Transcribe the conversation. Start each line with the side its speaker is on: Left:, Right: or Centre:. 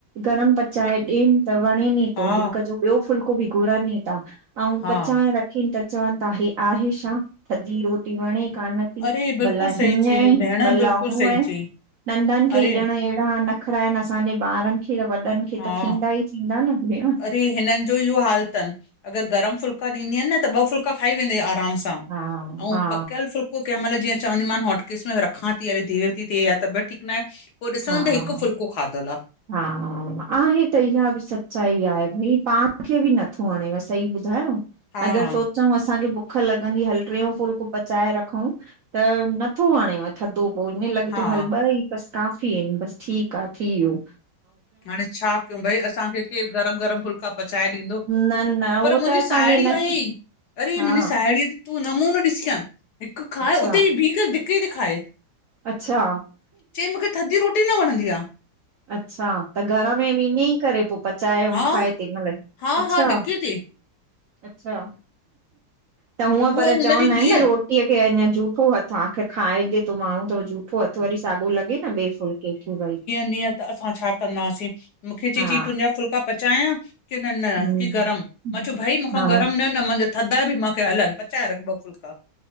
Right: गरम पचाए डियन्। त वणे ई
Left: हा
Right: थो, हिक जो ॿियो फुल्को बि घुरनि था, आऊ
Left: हा
Right: पचाए रखीन् त। चवन् था, हे आहे छा, थधी रोटी वणे कान।
Left: अरे बिल्कुलु
Right: भला
Left: सही
Right: हीअं
Left: चई
Right: ई
Left: भेण
Right: भला।
Left: बिल्कुलु
Right: नंढन
Left: सही चई अरे
Right: खे ई ॾण एंहिड़ा नखरा आहन, असांजे ॿारन खे वॾन्। हे
Left: हा
Right: त थींदा ई, थींदा न भेण।
Left: अरे हिनन् जो इहो हाल थन, अगर गरम फुल्का ॾींदियन, न त ॿ फुल्का खाई वेंदा आराम सां।
Right: हा
Left: आऊ
Right: हा
Left: फुल्क। पो केमल जीअं चवंदी मान हॉटकेस में रखां थी, अरे देर थी, थे तबियत ठीक न आहे। पोइ ॾिसा
Right: हा
Left: त हिकु फुल्को खाधल आ।
Right: हा, आहे त इहा बि सच्चाई आहे, भई पाण खे बि नथो हणेव सही ॿुधायो।
Left: हा
Right: अगर सोच। चंऊ, असांखे बुख लॻंदी, हल ट्रेउ फुल्को पचाए रखउं त नथो हणेव। थढो पो ईअं लॻे
Left: हा
Right: थो, हल ॿ ई बस काफ़ी आहिन बस ठीक आ थी ब्यो।
Left: हाणे छा कयूं, भई असांखे केर गरम, गरम फुलको। फुल्का पचाए ॾींदो,
Right: न न
Left: पर
Right: उहो
Left: मुंहिंजी
Right: त
Left: साहेड़ी
Right: असांजे नस
Left: आही अड़े
Right: हा
Left: मुंहिंजी साहेड़ी। तूं नमूनो ॾिसी आ हिक खाए
Right: अच्छा
Left: उते ही भी करे दिके ती खाए।
Right: अच्छा।
Left: चई मूंखे थधी रोटी न वणंदी आ।
Right: अच्छा त घर में भी इंदी। करे पो पचाए आऊ
Left: हा
Right: खाए तैं महिल ही
Left: हा
Right: अच्छा।
Left: हा धिके ते
Right: अच्छा, त हूअं
Left: उहा
Right: पर
Left: हुनजी
Right: चवंदा आहिन
Left: धीअ
Right: न, रोड। टीअ खे अञा जूठो हथ् आख़िर खाइडे थो, माण्हू त झु। अथो हथु वरी साॻो लॻे न, ॿिए फुल्के खे भई।
Left: नियात असां छा कंदासीं, मूंखे जे
Right: हा
Left: चई तुंहिंजा फुलका पचायां? की, न, न
Right: हूं
Left: की गरम मां चयो भई मूंखा
Right: हा
Left: गरम न, न मुंहिंजा थड़दा बि मा। हलन, पचाए रख ॿ फुल्का।